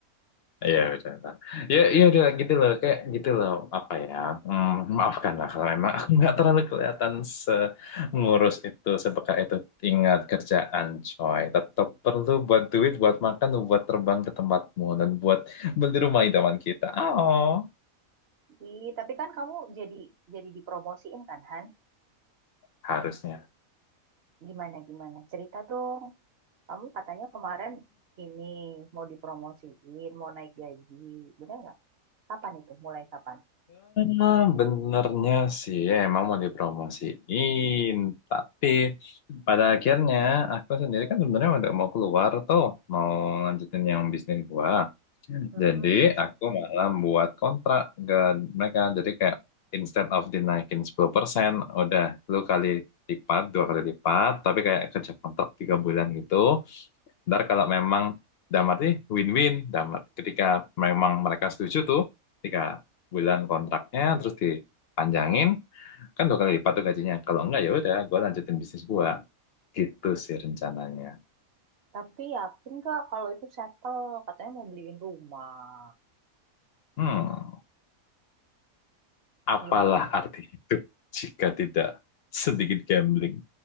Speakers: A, on the left (about 60°); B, on the right (about 55°).
A: Iya betul. betul. Ya iya udah gitu loh kayak gitu loh apa ya mm, maafkanlah kalau memang aku nggak terlalu kelihatan ngurus itu sepeka itu ingat kerjaan coy tetap perlu buat duit buat makan buat terbang ke tempatmu dan buat beli rumah idaman kita oh
B: Ih, tapi kan kamu jadi jadi dipromosiin kan, Han?
A: harusnya
B: Gimana, gimana? Cerita dong. Kamu katanya kemarin ini mau dipromosiin, mau naik gaji. Bener nggak? Kapan itu? Mulai kapan?
A: Nah, benernya sih emang mau dipromosiin, tapi pada akhirnya aku sendiri kan sebenarnya udah mau keluar tuh, mau lanjutin yang bisnis gua.
B: Mm-mm.
A: Jadi aku malah buat kontrak ke mereka. Jadi kayak instead of dinaikin 10%, udah lu kali lipat, dua kali lipat, tapi kayak kerja kontrak tiga bulan gitu. Ntar kalau memang dalam arti win-win, dalam arti ketika memang mereka setuju tuh, tiga bulan kontraknya terus dipanjangin, kan dua kali lipat tuh gajinya. Kalau enggak ya udah, gue lanjutin bisnis gua. Gitu sih rencananya.
B: Tapi yakin nggak kalau itu settle? Katanya mau beliin rumah.
A: Hmm, apalah
B: Gimana
A: arti hidup jika tidak sedikit gambling,